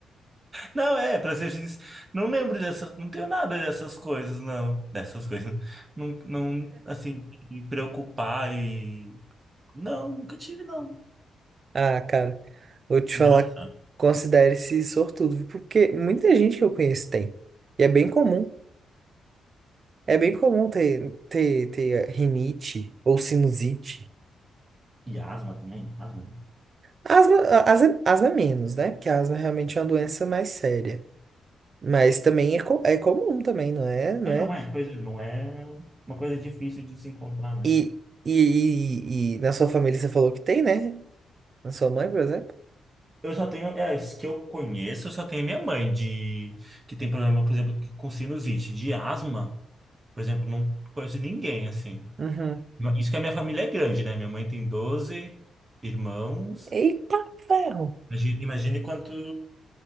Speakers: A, on the right (about 25°); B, on the right (about 45°).
A: Não, é, pra ser sincero, não lembro dessas, não tenho nada dessas coisas, não. Dessas coisas. Não, não, assim, de me preocupar e... Não, nunca tive, não.
B: Ah, cara, vou te
A: Que
B: falar,
A: engraçado.
B: considere-se sortudo, porque muita gente que eu conheço tem. E é bem comum. É bem comum ter, ter, ter rinite ou sinusite.
A: E asma também? Asma? né?
B: Asma, a- asa- asma, é menos, né? Porque a asma realmente é uma doença mais séria. Mas também é, co- é comum também, não é? Não
A: É,
B: é?
A: não é. Pois é, não é uma coisa difícil de se encontrar, né?
B: E, e, e, e na sua família você falou que tem, né? Na sua mãe, por exemplo?
A: Eu só tenho, é, as que eu conheço, eu só tenho minha mãe de que tem problema, por exemplo, com sinusite, de asma, por exemplo, não conheço ninguém assim.
B: Uhum.
A: Isso que a minha família é grande, né? Minha mãe tem 12 irmãos.
B: Eita ferro!
A: Imagi- Imagine quanto